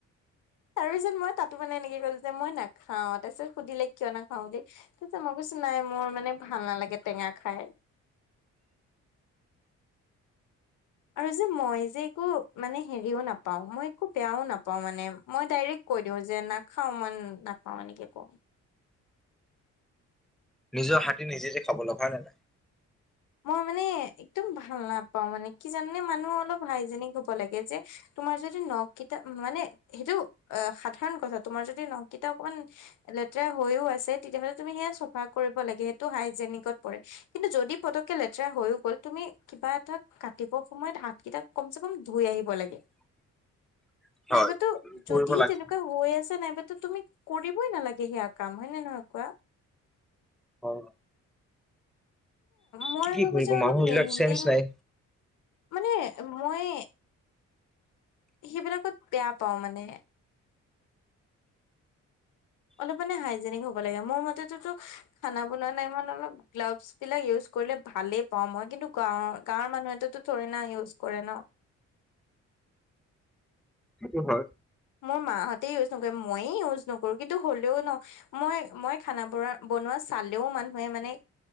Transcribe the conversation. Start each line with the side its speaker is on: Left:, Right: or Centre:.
Left: তাৰপিছত মই তাতো মানে এনেকে ক'লো যে মই নাখাওঁ। তাৰপিছত সুধিলে কিয় নাখাওঁ বুলি। তাৰপিছত মই কৈছো নাই মোৰ মানে ভাল নালাগে টেঙা খাই। আৰু যে মই যে একো মানে হেৰিও নাপাওঁ, মই একো বেয়াও নাপাওঁ মানে। মই ডাইৰেক্ট কৈ দিও যে নাখাও মই নাপাওঁ। এনেকে কওঁ।
Centre: নিজৰ হাতে নিজে যি খাব লগা। হয়নে নাই?
Left: মই মানে একদম ভাল নাপাওঁ মানে। কি জানানে, মানুহ অলপ হাইজেনিক হ'ব লাগে যে তোমাৰ যদি নখ কিটা মানে সেইটো অ' সাধাৰণ কথা। তোমাৰ যদি নখকিটা অকমান লেতেৰা হৈও আছে তেতিয়াহলে তুমি সেয়া চফা কৰিব লাগে। সেইটো হাইজেনিকত পৰে। কিন্তু যদি পতক লেতেৰা হৈয়ও গ'ল, তুমি কিবা এটা কাটিব সময়ত হাত কেইটা কমচে কম ধুই আহিব লাগে।
Centre: <inaudible> হয়
Left: নাইবাতো
Centre: কৰিব
Left: যদি
Centre: লাগে।
Left: তেনেকুৱা হৈ আছে নাইবাতো তুমি কৰিবই নালাগে সেয়া কাম, হয়নে নহয় কোৱা।
Centre: হয়।
Left: মই
Centre: কি কি
Left: ভাবো
Centre: কৰিব
Left: যে অলপ
Centre: মানুহ বিলাক
Left: মেইনটেইন
Centre: চেঞ্জ নাই।
Left: মানে মই সেইবিলাকত বেয়া পাও মানে অলপ মানে হাইজেনিক হব লাগে মোৰ মতেটো খানা বনোৱা টাইমত মানে গ্ল'বছ বিলাক ইউজ কৰিলে ভালেই পাওঁ মই কিন্তু গাঁৱৰ গাঁৱৰ মানুহেতো থৰে না ইউজ কৰে ন
Centre: সেইটো হয়
Left: মোৰ মাহঁতে ইউজ নকৰে মইয়ে ইউজ নকৰো কিন্তু হ'লেও ন মই মই খানা বনো বনোৱা চালেও মানুহে মানে